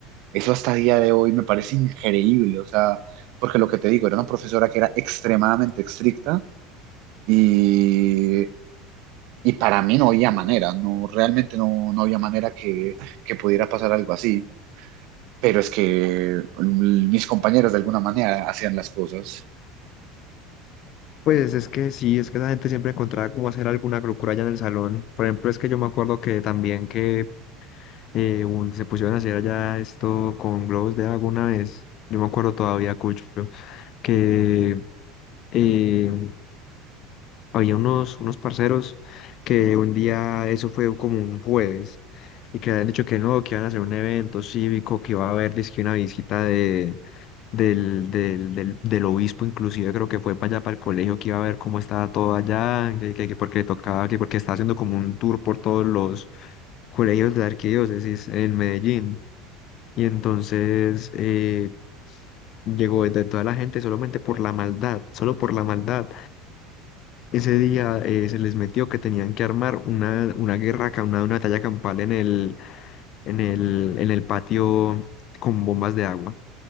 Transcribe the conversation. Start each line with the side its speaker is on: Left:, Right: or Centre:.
Right: Eso hasta día de hoy me parece increíble, o sea, porque lo que te digo, era una profesora que era extremadamente estricta y, y para mí no había manera, no, realmente no, no había manera que, que pudiera pasar algo así, pero es que mm, mis compañeros de alguna manera hacían las cosas.
Left: Pues es que sí, es que la gente siempre encontraba cómo hacer alguna locura allá en el salón. Por ejemplo, es que yo me acuerdo que también que eh, un- se pusieron a hacer allá esto con globos de agua una vez. Yo me acuerdo todavía, Cucho, que eh, había unos, unos parceros que un día, eso fue como un jueves, y que habían dicho que no, que iban a hacer un evento cívico, que iba a haber dizque una visita de, del, del, del, del obispo, inclusive creo que fue para allá, para el colegio, que iba a ver cómo estaba todo allá, que, que- que porque le tocaba, que porque estaba haciendo como un tour por todos los colegios de la arquidiócesis en Medellín. Y entonces eh, llegó de toda la gente solamente por la maldad, solo por la maldad ese día eh, se les metió que tenían que armar una, una guerra, acá, una, una batalla campal en el, en el, en el patio con bombas de agua.